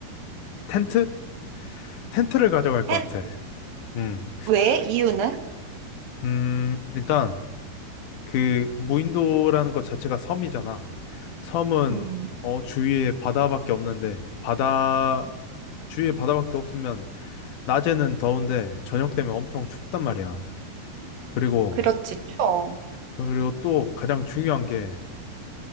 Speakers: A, on the left; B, on the right.
A: 텐트? 텐트를 가져갈 것
B: 햄.
A: 같아. 음.
B: 왜? 이유는?
A: 음, 일단 그 무인도라는 것 자체가 섬이잖아. 섬은
B: 음,
A: 어, 주위에 바다밖에 없는데 바다 주위에 바다밖에 없으면 낮에는 더운데 저녁 되면 엄청 춥단 말이야. 그리고
B: 그렇지, 추워.
A: 그리고 또 가장 중요한 게